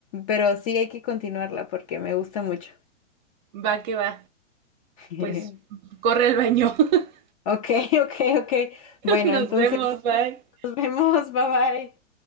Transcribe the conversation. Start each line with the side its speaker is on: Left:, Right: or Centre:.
Left: pero sí hay que continuarla porque me gusta mucho.
Right: Va que va.
Left: <laughs>
Right: Pues corre al baño. <laughs>
Left: Ok, ok, ok. Bueno,
Right: Nos
Left: entonces
Right: vemos, bye.
Left: nos vemos, bye bye.